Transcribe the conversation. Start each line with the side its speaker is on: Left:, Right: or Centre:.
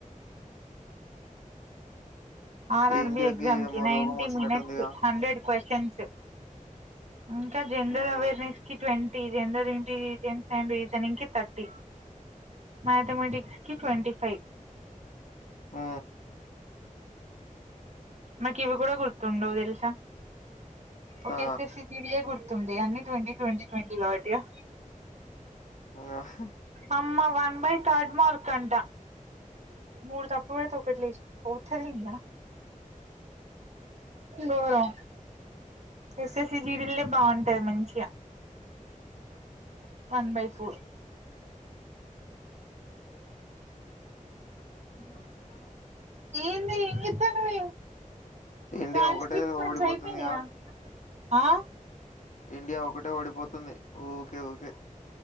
Right: ఆర్
Left: ఈ
Right: ఆర్బి
Left: ఇండియాకి
Right: ఎక్జామ్
Left: ఏమో
Right: కి నైన్టీ
Left: రోగం వచ్చినట్టుందిగా.
Right: మినీట్స్ హండ్రెడ్ క్వశ్చన్స్ ఇంకా జెండర్
Left: హ్మ్.
Right: అవేర్నెస్ కి ట్వంట్ టీజెండర్ ఇంటీజెన్స్ అండ్ రీజన్ంగ్ కి థర్టీ మ్యాథమెటిక్స్ కి ట్వంటీ ఫైవ్
Left: ఆ
Right: మాకు ఇవి కూడా గుర్తుండవు తెలుసా ఒక
Left: ఆ!
Right: <unintelligible> పీడియే గుర్తుంది అన్ని ట్వంటీ ట్వంటీ ట్వంటీ కాబట్టిగ
Left: ఆహ్ ఆ
Right: అమ్మ వన్ బై థర్డ్ మార్క్ అంట మూడు తప్పు పెడితే ఓకటి లేస్పోతదిగా దూరం ఎస్ఎస్సి జీడీలే బాగుంటాది మంచిగా వన్ బై ఫోర్
Left: అ
Right: ఏందే ఏం చెప్తనవ్వె
Left: ఇండియా
Right: ట్రాన్స్క్రిప్షన్
Left: ఒకటే ఓడిపోతుందిగా.
Right: అయిపోయినీయా ఆ
Left: ఇండియా ఒకటే ఓడిపోతుంది ఊకే ఊకే